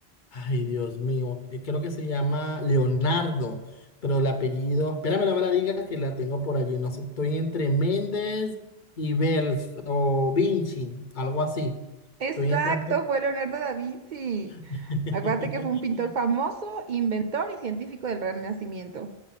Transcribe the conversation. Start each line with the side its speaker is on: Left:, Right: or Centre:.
Left: Ay, Dios mío, eh, creo que se llama Leonardo, pero el apellido, espérame, no me la digas que la tengo por allí, no sé, estoy entre Méndez y Bels o Vinci, algo así.
Right: Exacto,
Left: Estoy entrando.
Right: fue Leonardo da Vinci.
Left: <laughs>
Right: Acuérdate que fue un pintor famoso, inventor y científico del Renacimiento.